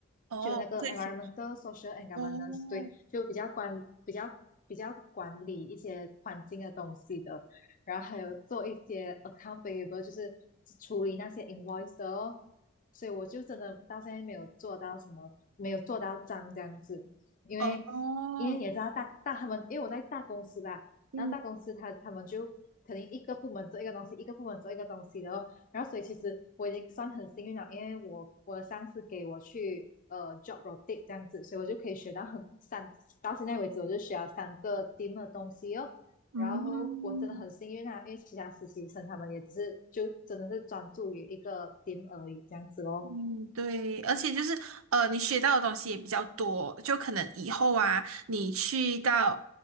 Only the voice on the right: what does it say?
哦，
不太清楚，
哦
哦哦，
嗯，
嗯嗯。
嗯，对，而且就是呃，你学到的东西也比较多，就可能以后啊，你去到